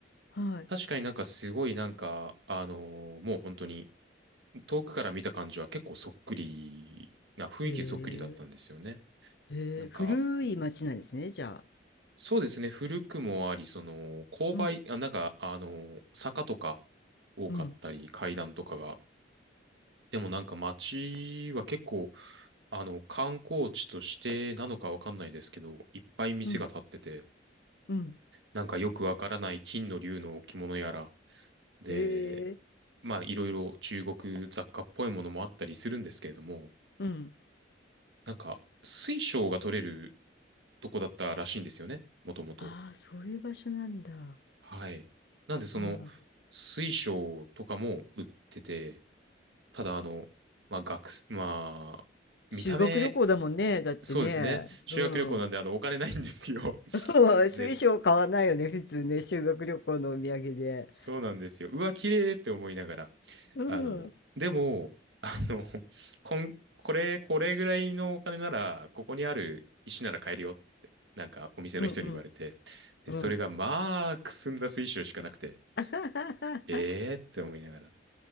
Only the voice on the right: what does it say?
確かになんかすごいなんか、あのーもう本当に遠くから見た感じは結構そっくりな、雰囲気そっくりだったんですよね。
なんか、
そうですね。古くもあり、その、勾配、
あ、なんか、あの、坂とか多かったり、
階段とかが。でもなんか街は結構、あの、観光地としてなのかわかんないですけど、いっぱい店が立ってて、
なんかよくわからない金の竜の置物やら、で、
まあ、いろいろ中国雑貨っぽいものもあったりするんですけれども、
なんか、水晶が取れるとこだったらしいんですよね。もともと。
はい。なんで、その、
水晶とかも売ってて、ただ、あの、まあ、学生、まあ、見た目、
そうですね。修学旅行なんで、
あの、お金ないんですよ。<laughs>
で、
そうなんですよ。うわ、綺麗って思いながら。
あの、
でも、あの、こん、これ、これぐらいのお金なら、ここにある石なら買えるよって、なんか、お店の人に言われて、
で、
それが、まあ、くすんだ水晶しかなくて、
ええーって思いながら。